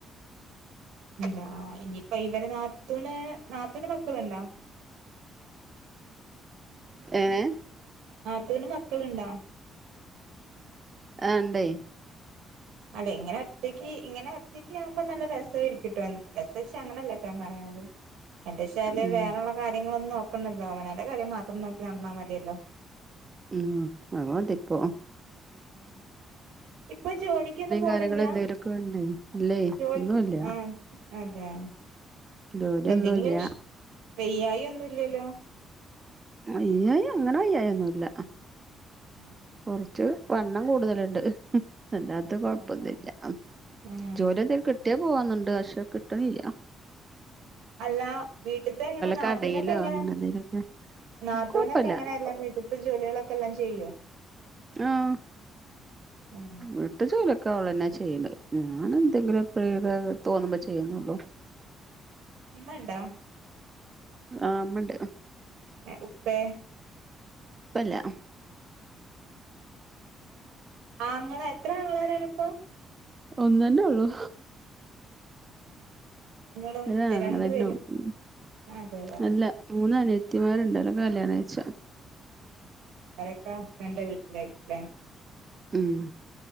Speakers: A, on the right; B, on the right.
A: എന്താ ഇനിയിപ്പ ഇവരെ നാത്തൂന് നാത്തൂന് മക്കള്ണ്ടോ?
B: ഏഹ്
A: നാത്തൂന് മക്കള്ണ്ടോ?
B: ആഹ് ഉണ്ടേ
A: അല്ലെ ഇങ്ങനെ ഒറ്റയ്ക്ക് ഇങ്ങനെ നെക്കെയാവുമ്പോ നല്ല രസായിരിക്ക ട്ടോ രസച്ച അങ്ങനല്ല ട്ടോ പറയ്ണത്. എന്തേചാല്
B: ഉം
A: വേറള്ള കാര്യങ്ങളൊന്നും നോക്കണ്ടല്ലോ അവനാന്റെ കാര്യം മാത്രം നോക്കി നടന്നാ മതിയല്ലോ
B: ഉം അത് മതി ഇപ്പോ
A: <inaudible> ഇപ്പൊ ജോലിക്കൊന്നും പോണില്ല
B: കാര്യങ്ങളും എന്തെങ്കിലുമൊക്കെ വേണ്ടേ ഇല്ലേ
A: ജോലി
B: ഒന്നുല്ല
A: ആഹ് അതെ
B: ജോലിയൊന്നുല്ല
A: എന്തെങ്കിലും ഷ് വെയ്യായി ഒന്നു ഇല്ലല്ലോ
B: വയ്യായി അങ്ങനെ വയ്യായി ഒന്നുല്ല
A: ആഹ്
B: കൊറച്ച് വണ്ണം കൂടുതല്ണ്ട് ഉം അല്ലാ കൊഴപ്പൊന്നുല്ല
A: അതെ ഉം
B: ജോലി എന്തെലും കിട്ടിയാ പോവാന്ന്ണ്ട് പക്ഷെ കിട്ട്ണില്ല
A: അല്ലാ വീട്ട്ത്തെ എങ്ങനെ നാത്തൂനൊക്കെ
B: കടയിലോ
A: എങ്ങനെ
B: അങ്ങനെ എന്തെലുമൊക്കെ
A: നാത്തൂനൊക്കെ
B: കൊഴപ്പല്ല
A: എങ്ങനെയ എല്ലാം വീട്ട്ത്തെ ജോലികളൊക്കെ എല്ലാം ചെയ്യോ
B: ആഹ്
A: ഉം
B: വീ ട്ട് ജോലി ഒക്കെ ഓളെന്നെ ചെയ്യല് ഞാൻ എന്തെങ്കിലും എപ്പഴേങ്കിലും തോന്നുമ്പോ ചെയ്യുന്നുള്ളൂ
A: ഉമ്മണ്ടാ
B: ആഹ് ഉമ്മണ്ട്
A: എഹ് ഉപ്പേ
B: പ്പല്ല
A: ആങ്ങള എത്ര ആങ്ങളാരാണിപ്പൊ
B: ഒന്നന്നെ ഉള്ളു
A: നിങ്ങളും
B: ഒരാങ്ങളന്നൊള്ളു
A: രണ്ടു പേരും അതെ അതെ
B: അല്ല മൂന്ന അനിയത്തിമാര്ണ്ടല്ലോ കല്യാണാഴ്ച
A: അവരൊക്ക ഹസ്ബന്റെ വീട്ടിലായിരിക്കും ല്ലേ
B: ഉം